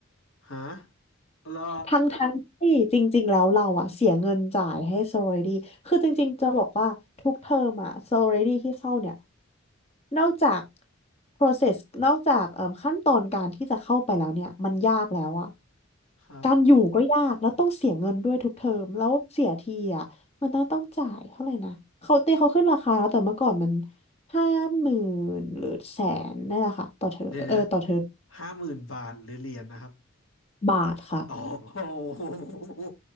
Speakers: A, on the left (about 75°); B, on the left (about 30°).
A: ฮะเหรอ
B: ทั้งทั้งที่จริงๆ แล้วเราอะเสียเงินจ่ายให้ sorority คือจริงๆ จะบอกว่าทุกเทอมอะ sorority ที่เข้าเนี่ยนอกจาก process นอกจากเอ่มขั้นตอนการที่จะเข้าไปแล้วเนี่ยมันยากแล้วอะ
A: ครับ
B: การอยู่ก็ยากแล้วต้องเสียเงินด้วยทุกเทอมแล้วเสียทีอะมันต้องต้องจ่ายเท่าไหร่นะเขาตีเขาขึ้นราคาแล้วแต่เมื่อก่อนมันห้าหมื่นหรือแสนนี่นแหละค่ะต่อเทอมเออต่อเทอม
A: เดี๋ยวนะห้าหมื่น50,000บาทหรือเหรียญนะครับ
B: บาทค่ะ
A: อ๋อโอโห